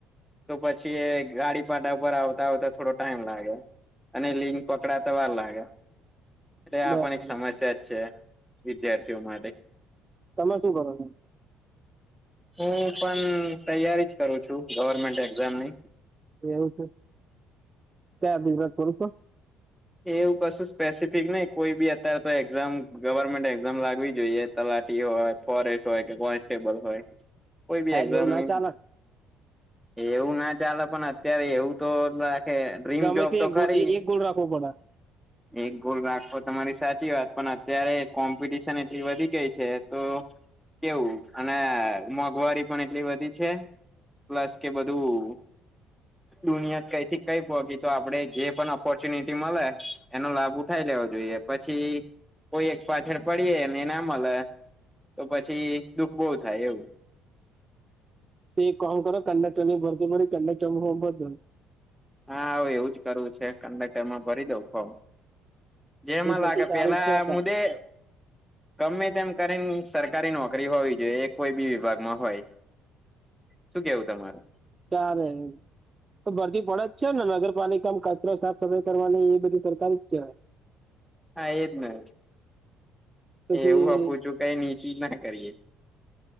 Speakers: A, in the centre; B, on the right.
A: તો પછી ગાડી પાટા ઉપર આવતા આવતા થોડો ટાઈમ લાગે અને લિંક પકડાતા વાર લાગે એટલે આ
B: બરાબર
A: પણ એક સમસ્યા જ છે. વિદ્યાર્થીઓ માટે
B: તમે શું કરો છો.
A: હું પણ તૈયારી જ કરું છું ગવર્મેન્ટ એક્ઝામની
B: એવું છે. ક્યા બિઝનેસ કરું તો
A: એવું કશું સ્પેસિફિક નય કોઈ બી અત્યારે તો એક્ઝામ ગવર્મેન્ટ એક્ઝામ લાગવી જોઈએ તલાટી હોય ફોરેસ્ટ હોય કે કોન્સ્ટેબલ હોય. કોઈ બી
B: સાહેબ
A: એક્ઝામની
B: એવું ના ચાલે
A: એવું ના ચાલે પણ અત્યારે એવું તો ડ્રીમ
B: અમે
A: જોબ
B: એક
A: તો ખરી
B: એક ગોલ રાખવો પડે
A: એક ગોલ રાખો તમારી સાચી વાત પણ અત્યારે કોમ્પિટિશન એટલી વધી ગઈ છે તો કેવું અને મોંઘવારી પણ એટલી વધી છે પ્લસ કે બધું દુનિયા કયથી કઈ પગી તો આપડે જે પણ ઓપોર્ચુનિટી મળે એનો લાભ ઉઠાય લેવો જોઈએ પછી કોઈ એક પાછળ પડીએ ને ના મળે તો પછી દુઃખ બહુ થાય એવું
B: તે કણ કરો કન્ડકટર ભરતી ભરી કન્ડકટર ભર
A: હા હ એવું જ કરવું છે કન્ટક્ટરમાં ભરી દઉં ફોર્મ જેમાં
B: એ ભરતી
A: લાગે
B: ચાલુ
A: પેલા
B: જ છે અતાર
A: મુદે ગમે તેમ કરીન સરકારી નોકરી હોવી જોઈએ એ કોઈ બી વિભાગમાં હોય શું કેવું તમારું
B: ચાલે તો ભરતી પડે જ છે ને નગરપાલિકામાં કચરો સાફ સફાઈ કરવાની એ બધી સરકાર જ કહેવાય
A: હા એજ ને
B: પછી
A: એવું આપું છું કઈ નીચી ના કરીએ